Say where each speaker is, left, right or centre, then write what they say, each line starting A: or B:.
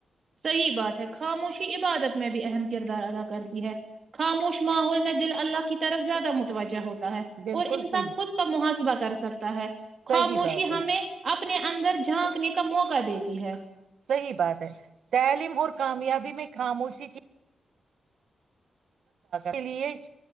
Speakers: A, on the right; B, on the right.
A: صحیح بات ہے خاموشی عبادت میں بھی اہم کردار ادا کرتی ہے خاموش ماحول میں دل اللہ کی طرف زیادہ متوجہ ہوتا ہے
B: بالکل
A: اور انسان
B: صحیح
A: خود کا محاسبہ کر سک ہے
B: صحیح
A: خاموشی
B: بات ہے
A: ہمیں اب اپنے اندر جھانکنے کا موقع دیتی ہے
B: صحیح بات ہے تعلیم اور کامیابی میں خاموشی کی کے لیے